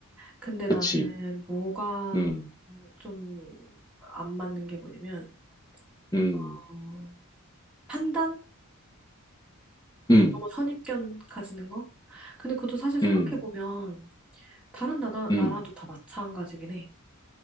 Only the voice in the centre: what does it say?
근데 나는
뭐가
좀 안 맞는 게 뭐냐면,
어, 판단?
너무 선입견 가지는 거? 근데 그것도 사실 생각해보면
다른 나라,
나라도 다 마찬가지긴 해.